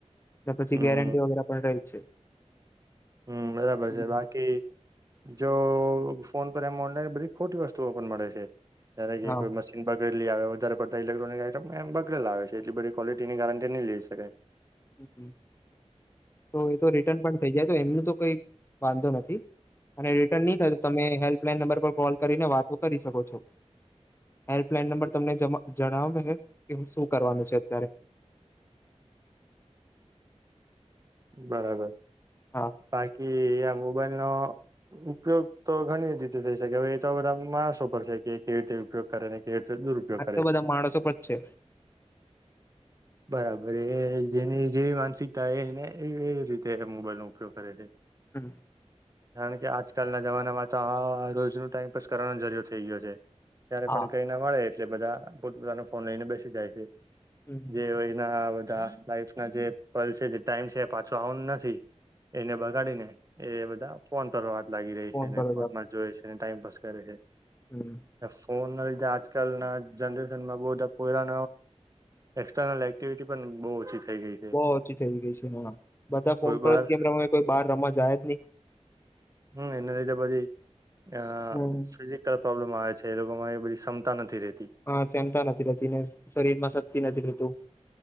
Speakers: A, on the left; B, on the right.
A: કે પછી
B: હમ
A: ગેરંટી વગેરે પણ રહી છે
B: હમ બરાબર
A: હમ,
B: છે બાકી જો ફોન પર એમ ઓનલાઈન બધી ખોટી વસ્તુઓ મળે છે એને કે
A: હા
B: કોઈ મશીન <unintelligible> એ આવે વધારે પડતા ઇલેક્ટ્રોનિક આઈટમ બગડેલા આવે છે એટ બધી ક્વલિટીની ગારં નહીઈ લઈ શકે
A: હમ. તો એ તો રિટર્ન પણ થઈ જાય તો એમનું તો કઈ વાંધો નથી અને રિટર્ન નહી થાય તો તમે હેલ્પલાન નંબર પર કોલ કરીને વાતો કરી શકો છો હેલ્પલાઈન નંબર તમને જણાવે કે શું કરવાનું છે અત્યારે
B: બરાબર
A: હા
B: બાકી આ મોબાઈલ નો ઉપયોગ તો ઘણી રીતે થઈ શકે હવે એ તો બધા માણસો પ છે કે કેવી રીતે ઉપયોગ કરે ને એ તો દુરુપયોગ
A: આ
B: કરે
A: તો બધા
B: છે
A: માણસો પર જ છે
B: બરાબર જેની જે માનસિકતાાય એને એ એ રીતે મોબાઈલનો ઉપયોગ કરે છે
A: હમ
B: કારણ કે આજકાલના જમાનામાં તો આ રોજનો ટાઈઇમપ કરવાનો જરૂર થઈ ગયો છે ત્યારે
A: હા
B: પણ કઈ ના મળે એટલે બધા પોતપતાનો ફોન લઈને બેસી જાય છે
A: હમ
B: જે હો એ નાઆવે લાઈફ ના જે પ છે જે ટાઈમ છે પાછો આવનું નથી એને બગાડીને એ બધા ફોન કરવા લાગી રહી છે ને
A: પર
B: ફોન
A: જ
B: માં જોઈ તેને ટાઈમ પાાસ કરે હે
A: હમ
B: એ ફોન લીધે આજકાલના જનરેશનમાં બહુ બધા પોરા એક્ર્નલ એક્ટિવિટી પણ બહુ ઓછી થઈ ગઈ છે
A: બવ ઓછી થઇ ગઈ છે. હા બધા ફોન
B: કોઈ
A: પર
B: બાર
A: જ કેમેરામાં કોઈ બાર રમવા જાય જ નહી.
B: હમ્મ, એને <unintelligible> આ
A: હમ
B: શ્રીજી કા પ્રોબ્લેમ આવે છે એ લોકોમાં એ બધી ક્ષમતા નથી રેતી.
A: હા સેમતા નથી રહેતી ને શરીરમાં સ એ નથી રેતું.